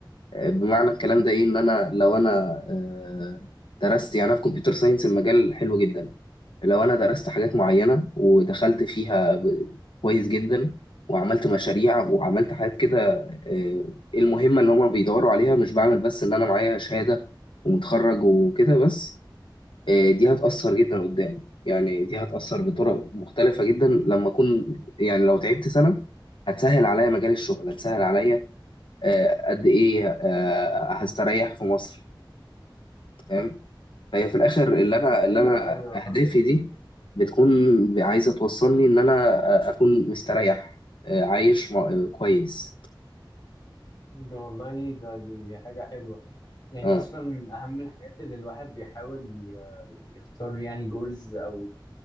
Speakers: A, on the left (about 80°); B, on the left (about 50°).
A: آه، بمعنى الكلام ده ايه ان انا لو انا آه، درست يعني أنا في كمبيوتر ساينس المجال حلو جدا لو انا درست حاجات معينة ودخلت فيها ب- كويس جدا وعملت مشاريع وعملت حاجات كده آه، المهمة اللي هما بيدوروا عليها مش بعمل بس ان انا معايا شهادة ومتخرج وكده بس آه، دي هتأثر جدا قدام يعني دي هتأثر بطرق مختلفة جدا لما أكون يعني لو تعبت سنة هتسهل عليا مجال الشغل هتسهل عليا آه، قد إيه آه، هستريح في مصر فاهم فهي في الآخر اللي أنا اللي
B: ايوه
A: أنا
B: ايوه
A: أهدافي
B: فاهمة
A: دي بتكون عايزة توصلني إن أنا آه، أكون مستريح آه، عايش م- آه، كويس
B: ده والله ده دي حاجة حلوة يعني
A: أه
B: أصلا من أهم الحاجات اللي الواحد بيحاول ي- يختار يعني جولز أو